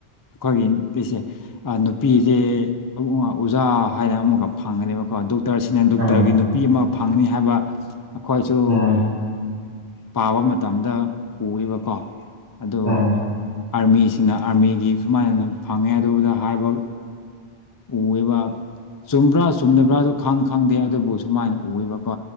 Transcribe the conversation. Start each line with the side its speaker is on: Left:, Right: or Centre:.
Left: ꯑꯩꯈꯣꯏꯒꯤꯁꯦ ꯅꯨꯄꯤꯁꯦ ꯑꯣꯖꯥ ꯍꯥꯏꯅ ꯑꯃꯨꯛꯀ ꯐꯪꯒꯅꯦꯕꯀꯣ ꯗꯣꯛꯇꯔꯁꯤꯅ ꯗꯣꯛꯇꯔꯒꯤ
Right: ꯎꯝ
Left: ꯅꯨꯄꯤ ꯑꯃ ꯐꯪꯅꯤ ꯍꯥꯏꯕ ꯑꯩꯈꯣꯏꯁꯨ
Right: ꯎꯝ
Left: ꯄꯥꯕ ꯃꯇꯝꯗ ꯎꯕꯀꯣ ꯑꯗꯨ
Right: ꯎꯝ
Left: ꯑꯥꯔꯃꯤꯁꯤꯡꯅ ꯑꯥꯔꯃꯤꯒꯤ ꯁꯨꯃꯥꯏꯅꯅ ꯐꯪꯉꯦ ꯑꯗꯨꯗ ꯍꯥꯏꯔꯤꯕ ꯎꯑꯦꯕ ꯆꯨꯝꯕ꯭ꯔꯥ ꯆꯨꯝꯗꯕ꯭ꯔꯥꯁꯨ ꯈꯪ ꯈꯪꯗꯦ ꯑꯗꯨꯕꯨ ꯁꯨꯃꯥꯏꯅ ꯎꯑꯦꯕ ꯀꯣ